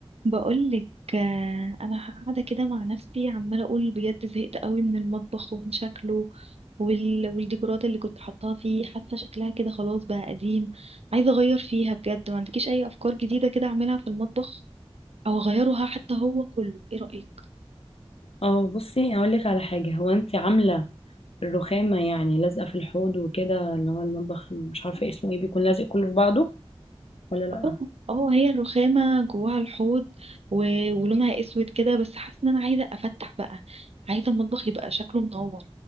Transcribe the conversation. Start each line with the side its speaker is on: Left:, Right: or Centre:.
Right: بقولك آه، انا قاعده كده مع نفسي عماله اقول بجد زهقت قوي من المطبخ ومن شكله وال... والديكورات اللي كنت حاطاها فيه حاسه شكلها كده خلاص بقى قديم عايزه اغير فيها بجد ما عندكيش اي افكار جديده كده اعملها في المطبخ او اغيرها حتى هو كله ايه رايك
Left: اه بصي هقول لك على حاجة هو انت عاملة الرخامة يعني لازقة في الحوض وكده اللي هو المطبخ مش عارفة اسمه ايه بيكون لازق كله في بعضه ولا لأ
Right: اه اه هي الرخامة جواها الحوض و... ولونها اسود كده بس حاسة ان انا عايزة افتح بقى عايزة المطبخ يبقى شكله منور